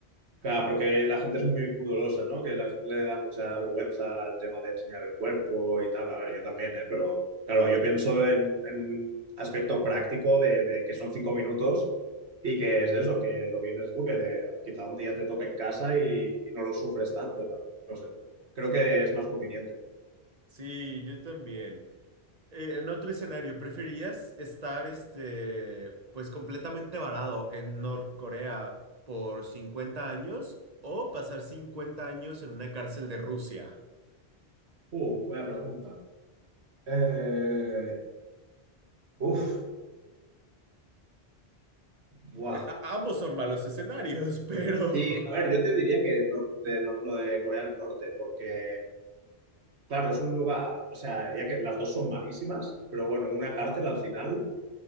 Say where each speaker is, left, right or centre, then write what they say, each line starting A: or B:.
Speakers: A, on the right (about 80°); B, on the right (about 40°).
A: Claro, porque la gente es muy pudorosa, ¿no? Que la gente le da mucha vergüenza al tema de enseñar el cuerpo y tal. A ver, yo también, ¿eh? Pero claro, yo pienso en, en un aspecto práctico de, de que son cinco minutos y que es eso, que lo que dices tú, que de- quizá un día te toca en casa y, y no lo sufres tanto, ¿no? No sé. Creo que es más conveniente.
B: Sí, yo también. Eh, en otro escenario, ¿preferirías estar, este, pues completamente varado en Norcorea por 50 años o pasar 50 años en una cárcel de Rusia?
A: Uh, buena pregunta. Eh, uf, Buah.
B: Eh, a- ambos son malos escenarios, <laughs> pero
A: Y a ver, yo te diría que no- de, no- lo de Corea del Norte, porque Claro, es un lugar, o sea, ya que las dos son malísimas, pero bueno, una cárcel al final